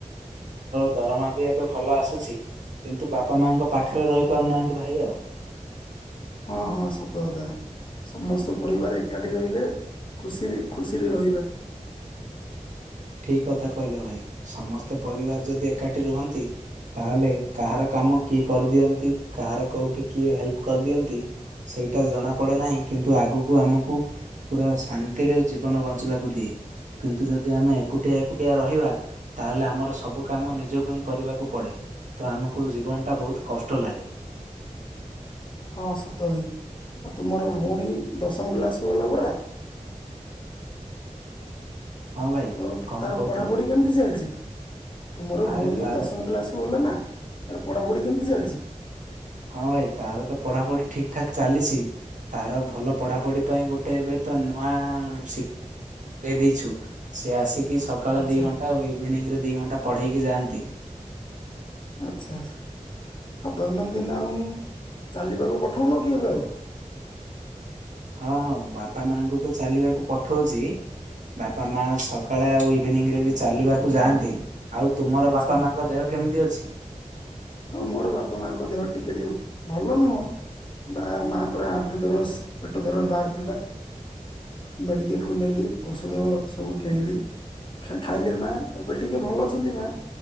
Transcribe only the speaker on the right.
ଦରମା ବି ଏବେ ଭଲ ଆସୁଛି କିନ୍ତୁ ବାପା ମାଙ୍କ ପାଖରେ ରହିପାରୁନାହାନ୍ତି ଭାଇ ଆଉ।
ଠିକ କଥା କହିଲ ଭାଇ ସମସ୍ତେ ପରିବାର ଯଦି ଏକାଠି ରୁହନ୍ତି ତାହେଲେ କାହାର। କାମ କିଏ କରିଦିଅନ୍ତି କାହାର କେଉଁଠି କିଏ ହେଲ୍ପ କରିଦିଅନ୍ତି ସେଇଟା ଜଣାପଡ଼େ ନାହିଁ କିନ୍ତୁ। କିନ୍ତୁ ଆଗକୁ ଆମକୁ ପୁରା ଶାନ୍ତିରେ ଜୀବନ ବଞ୍ଚିବାକୁ ଦିଏ କିନ୍ତୁ ଯଦି ଆମେ। ଏକୁଟିଆ ଏକୁଟିଆ ରହିବା। ତାହେଲେ ଆମର ସବୁ କାମ ନିଜକୁ ହିଁ କରିବାକୁ ପଡ଼େ ତ ଆମକୁ ଜୀବନଟା ବହୁତ କଷ୍ଟ ଲାଗେ।
ହଁ ଭାଇ
କଣ
କହୁଥିଲ
ଆରେ ତାର
ହଁ ଭାଇ ତାର ତ ପଢାପଢି ଠିକ ଠାକ ଚାଲିଛି ତାର ଭଲ ପଢାପଢି ପାଇଁ ଗୋଟେ ଏବେ। ତ ନୂଆ ଶିକ୍ଷକ ଦେଇ ଦେଇଛୁ ସେ ଆସିକି। କି ସକାଳ
ଦୁଇ ଘଣ୍ଟା ଓ ଇଭିନିଂରେ ଦୁଇ ଘଣ୍ଟା ପଢ଼େଇକି ଯାଆନ୍ତି।
ହଁ ହଁ ବାପା ମାଙ୍କୁ ତ ଚାଲିବାକୁ ପଠଉଚି। ବାପା ମା ସକାଳେ ଆଉ ଇଭିନିଂରେ ବି ଚାଲିବାକୁ ଯାଆନ୍ତି। ଆଉ ତୁମର
ବାପା ମାଙ୍କ ଦେହ କେମିତି ଅଛି?